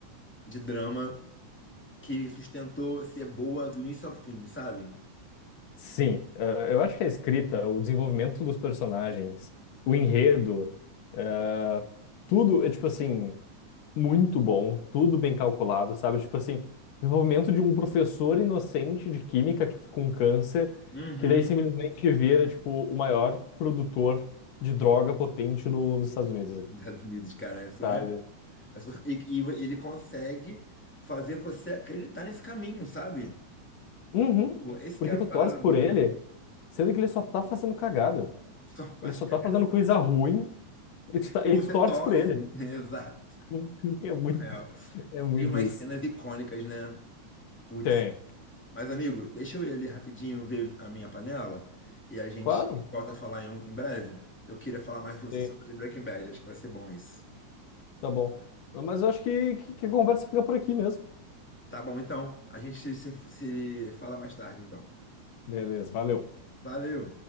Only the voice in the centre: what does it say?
de drama que sustentou ser boa do início ao fim, sabe?
Uhum.
Estados Unidos, cara, é surreal.
É surreal. E, e ele consegue fazer você acreditar nesse caminho, sabe?
Pô, Esse
que é a
parada
boa.
Só faz
cagar.
E
você
torce.
<laughs> Exato.
Surreal.
Tem umas
cenas icônicas, né? Putz.
Mas, amigo, deixa eu ir ali rapidinho ver a minha panela e a gente
volta a falar em, em breve. Eu queria falar mais pra você
sobre Breaking Bad. Acho que vai ser bom isso.
Tá bom, então. A gente se, se se fala mais tarde, então.
Valeu!